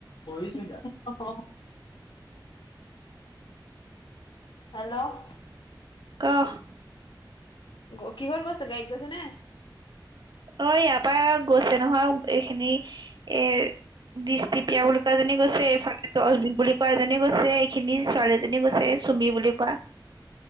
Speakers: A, on the left (about 75°); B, on the right (about 60°).
A: পৰীস্মিতা। অহ, অহ হেল্ল'
B: কহ?
A: গ কিহত গৈছে গাড়ীত গৈছে নে?
B: অ ইয়াৰ পৰা গৈছে নহয় এইখিনি এ- দৃষ্টিপিয়া বুলি কোৱা জনী গৈছে এইফালে টছবিন বুলি কোৱা জনে গৈছে। খিনি ছোৱালী এজনীয়ে গৈছে এই চুমি বুলি কোৱা